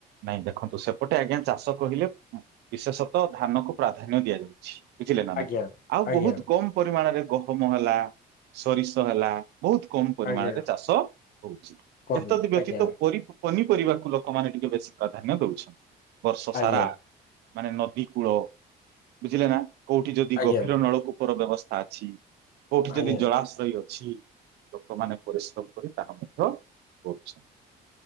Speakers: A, on the right; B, on the left.
A: ନାଇଁ ଦେଖନ୍ତୁ ସେପଟେ ଆଜ୍ଞା ଚାଷ କହିଲେ ବିଶେଷତଃ ଧାନ କୁ ପ୍ରାଧାନ୍ୟ ଦିଆଯାଉଛି। ବୁଝିଲେ ନା
B: ଆଜ୍ଞା
A: ନାଇଁ ଆଉ
B: ଆଜ୍ଞା
A: ବହୁତ କମ ପରିମାଣରେ। ଗହମ ହେଲା ସୋରିଷ ହେଲା। ବହୁତ କମ ପରିମାଣରେ
B: ଆଜ୍ଞା
A: ଚାଷ ହଉଛି
B: କରୁନି
A: ଏତଦ୍ ବ୍ୟତୀତ
B: ଆଜ୍ଞା
A: ପରି ପନିପରିବାକୁ ଲୋକମାନେ ଟିକେ ବେଶୀ। ପ୍ରାଧାନ୍ୟ ଦଉଛନ୍। ବର୍ଷ
B: ଆଜ୍ଞା
A: ସାରା। ମାନେ ନଦୀ କୂଳ ବୁଝିଲେ ନା। କୋଉଠି ଯଦି
B: ଆଜ୍ଞା
A: ଗଭୀର ନଳକୁ। <inaudible> ବ୍ୟବସ୍ଥା ଅଛି। କୋଉଠି
B: ଆଜ୍ଞା।
A: ଯଦି ଜଳାଶ୍ରୟ। କିଛି ଲୋକମାନେ ପରିଶ୍ରମ କରି ତାହା ମଧ୍ୟ କରୁଛନ୍ତି।